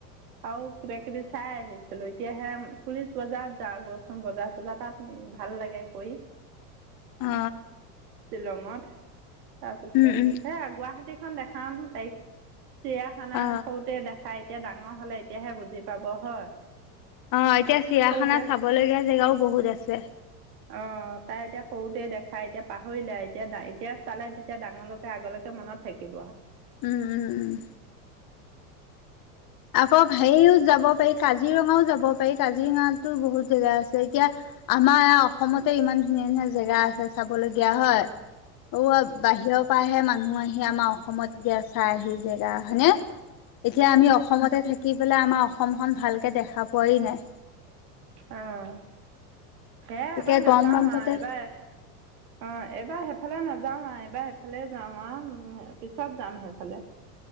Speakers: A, on the right (about 75°); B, on the left (about 45°).
A: আৰু কিবা কিবি চাই আহিছিলো এতিয়াহে পুলিচ বজাৰত যা গচোন বজাৰ বজা তাত ভাল লাগে কৰি।
B: অ।
A: শ্বিলঙত তাৰপিছত
B: উম উম
A: হে গুৱাহাটীখন দেখাম তাৰিখ চিৰিয়াখানা
B: অ
A: সৰুতে দেখাই এতিয়া ডাঙৰ হলে এতিয়াহে বুজি পাব হয়।
B: অ এতিয়া চিৰিয়াখানা
A: সৰুতে
B: চাব লগীয়া জেগাও বহুত আছে।
A: অ তাই এতিয়া সৰুতে দেখাই এতিয়া পাহৰিলে এতিয়া এতিয়া চালে তেতিয়া ডাঙৰলৈকে আগলৈকে মনত থাকিব।
B: উম উম উম। আকৌ হেৰিও যাব পাৰি কাজিৰঙাও যাব পাৰি কাজিৰঙাতো বহুত জেগা আছে, এতিয়া- আমাৰ ই অসমতে ইমান ধুনীয়া ধুনীয়া জেগা আছে চাবলগীয়া হয়। অ বাহিৰৰ পৰাহে মানুহ আহি আমাৰ অসমত যেতিয়া চাই আহি জেগা হয়নে? এতিয়া আমি অসমতে থাকি পেলাই আমাৰ অসমখন ভালকে দেখা পোৱাই নাই।
A: আহঁ। হে
B: গতিকে
A: এবাৰ নাযাও
B: গৰম বন্ধতে
A: আহ এবাৰ অ এইবাৰ সেইফালে নাযাওঁ। যাওঁ আহ এইবাৰ এফালে যাওঁ আহ পিছত যাম সেইফালে।